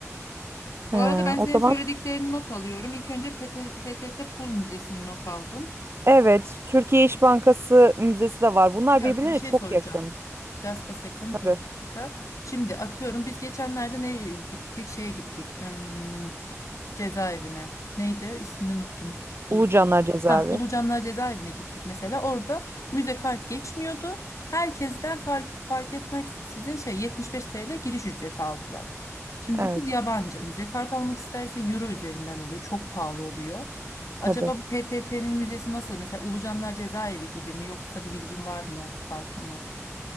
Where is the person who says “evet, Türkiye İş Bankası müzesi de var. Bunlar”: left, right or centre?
Right